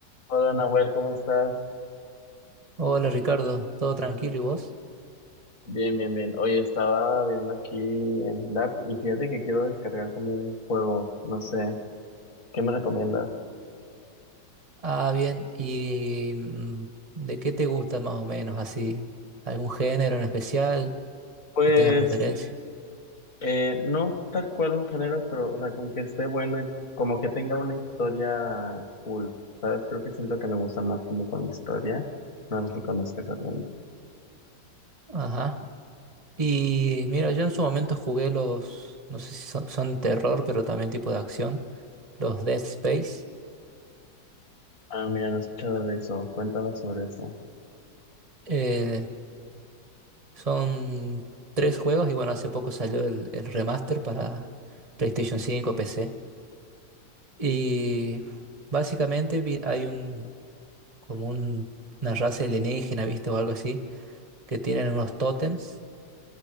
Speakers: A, on the left; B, on the right.
A: Hola Nahuel, ¿cómo estás?
B: Hola Ricardo, ¿todo tranquilo y vos?
A: Bien, bien, bien. Oye, estaba viendo aquí en el app y fíjate que quiero descargar como un juego, no sé, ¿qué me recomiendas?
B: Ah, bien, ¿y mm, de qué te gusta más o menos así? ¿Algún género en especial
A: Pues,
B: que tengas preferencia?
A: eh, no tal cual un género, pero, o sea, como que esté bueno y como que tenga una historia cool, ¿sabes? Creo que siento que me gusta más como con historia. No sé si conozcas alguno.
B: Ajá. Y mira, yo en su momento jugué los, no sé si son, son de terror, pero también tipo de acción, los Dead Space.
A: Ah, mira, no he escuchado de eso. Cuéntame sobre eso.
B: Eh, son tres juegos y bueno, hace poco salió el, el remaster para PlayStation 5, PC. Y básicamente vi- hay un, como un- una raza alienígena, ¿viste? O algo así, que tienen unos tótems